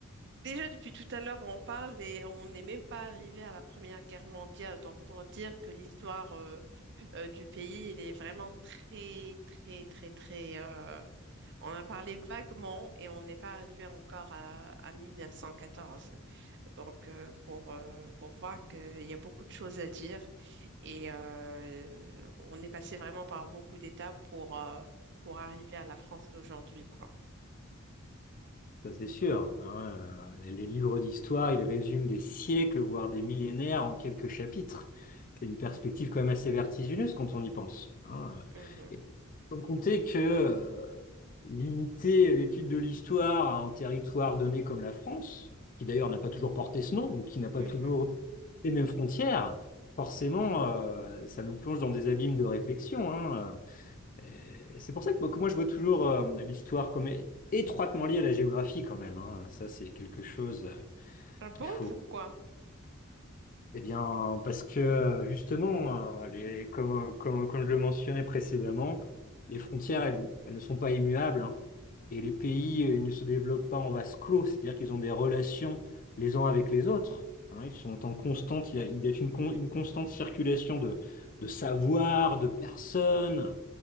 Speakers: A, on the right; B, on the left.
A: Déjà depuis tout à l'heure, on parle et on n'est même pas arrivé à la Première Guerre mondiale. Donc pour dire que l'histoire euh, euh, du pays, il est vraiment très, très, très, très... euh, On a parlé vaguement et on n'est pas arrivé encore à, à 1914. Donc euh, pour, euh, pour voir qu'il y a beaucoup de choses à dire et euh, on est passé vraiment par beaucoup d'étapes pour, euh, pour arriver à la France d'aujourd'hui, quoi.
B: Ça, c'est sûr. hein, euh, les, les livres d'histoire, ils résument des siècles, voire des millénaires en quelques chapitres. C'est une perspective quand même assez vertigineuse quand on y pense. hein.
A: Mhm.
B: Et sans compter que euh, limiter l'étude de l'histoire à un territoire donné comme la France, qui d'ailleurs n'a pas toujours porté ce nom, ou qui n'a pas
A: Mhm.
B: toujours les mêmes frontières, forcément, euh, ça nous plonge dans des abîmes de réflexion. hein. Et C'est pour ça que moi que moi, je vois toujours euh, l'histoire comme é- étroitement liée à la géographie quand même. hein. Ça, c'est quelque chose euh,
A: Ah bon,
B: qu'il faut.
A: pourquoi?
B: Eh bien, parce que euh, justement, euh, les, comme, comme, comme je le mentionnais précédemment, les frontières, elles, elles ne sont pas immuables. hein. Et les pays, euh, ils ne se développent pas en vase clos, c'est-à-dire qu'ils ont des relations les uns avec les autres. hein. Ils sont en constante, il y a, il y a une, con- une constante circulation de, de savoir, de personnes